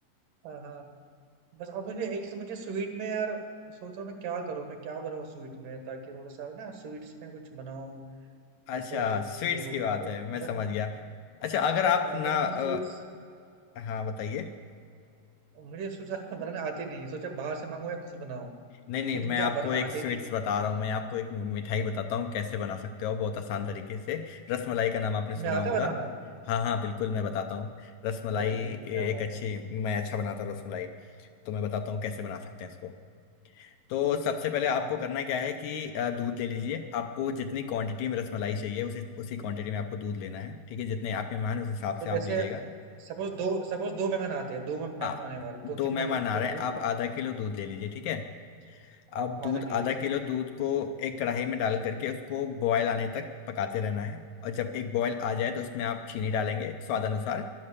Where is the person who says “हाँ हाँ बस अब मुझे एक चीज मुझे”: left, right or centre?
Right